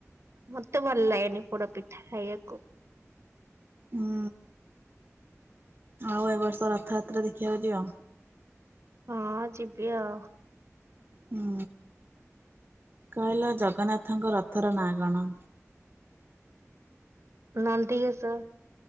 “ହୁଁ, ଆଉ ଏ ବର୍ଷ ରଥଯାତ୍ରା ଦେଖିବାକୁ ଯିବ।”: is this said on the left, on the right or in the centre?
Right